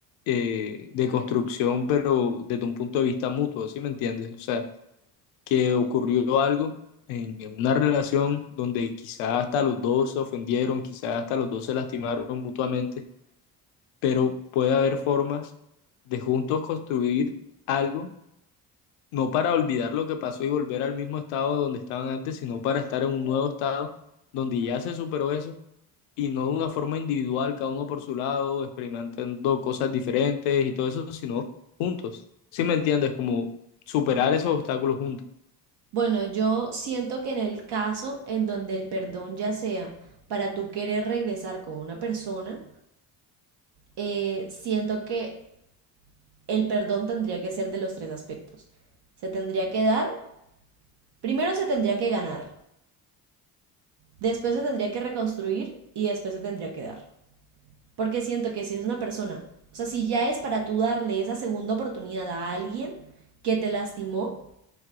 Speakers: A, on the left; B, on the right.
A: eh, de construcción, pero desde un punto de vista mutuo, ¿sí me entiendes? O sea, que ocurrió algo en, en una relación donde quizás hasta los dos se ofendieron, quizás hasta los dos se lastimaron mutuamente pero puede haber formas de juntos construir algo, no para olvidar lo que pasó y volver al mismo estado donde estaban antes, sino para estar en un nuevo estado donde ya se superó eso y no de una forma individual, cada uno por su lado, experimentando cosas diferentes y todo eso, sino juntos. ¿Sí me entiendes? Como superar esos obstáculos juntos.
B: Bueno, yo siento que en el caso en donde el perdón ya sea para tú querer regresar con una persona, eh, siento que el perdón tendría que ser de los tres aspectos. Se tendría que dar, primero se tendría que ganar, después se tendría que reconstruir y después se tendría que dar. Porque siento que si es una persona, o sea, si ya es para tú darle esa segunda oportunidad a alguien que te lastimó,